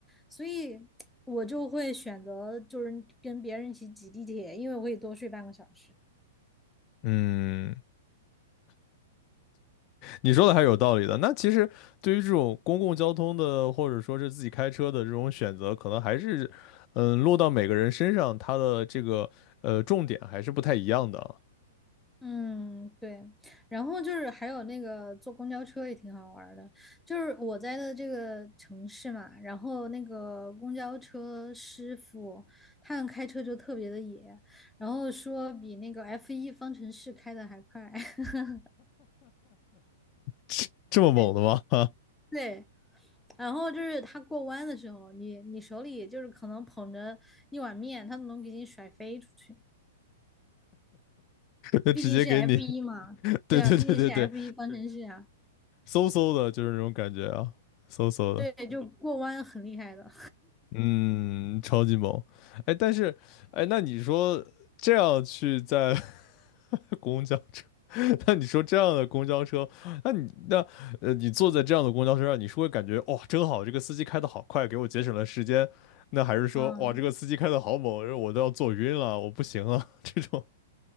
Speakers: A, in the centre; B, on the left.
A: 所以我就会选择就是跟别人一起挤地铁，因为我可以多睡半个小时。
B: 嗯，你说的还是有道理的。那其实对于这种公共交通的，或者说是自己开车的这种选择，可能还是，嗯，落到每个人身上，它的这个呃重点还是不太一样的。
A: 嗯，对，然后就是还有那个坐公交车也挺好玩儿的，就是我在的这个城市嘛，然后那个公交车师傅他们开车就特别的野，然后说比那个 f 一方程式开的还快。<laughs>
B: 这这么猛的吗？
A: 对，
B: <laughs> 啊，
A: 对，然后就是他过弯的时候，你你手里就是可能捧着一碗面，他都能给你甩飞出去。
B: 就直接给你，
A: 毕竟是 f
B: <laughs>
A: 一嘛，
B: 对对对对对，
A: 对啊，毕竟是 f 一方嗯程式啊，
B: 嗖嗖的，就是那种感觉啊，嗖嗖的，
A: 对，就过弯很厉害的。
B: 嗯，超级猛。哎，但是，哎，那你说这样去在 <laughs> 公交车，<laughs> 那你说这样的公交车，那你那呃，你坐在这样的公交车上，你是会感觉哇、真好，这个司机开的好快，给我节省了时间。那还是说，
A: 嗯，
B: 哇，这个司机开的好猛，我都要坐晕了，我不行了，这种。